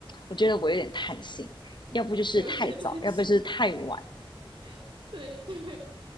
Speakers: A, on the left; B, on the right.
A: 我觉得我有点贪心，要不就是太早，
B: 有些担心。
A: 要不就是太晚，
B: <laughs> 对对，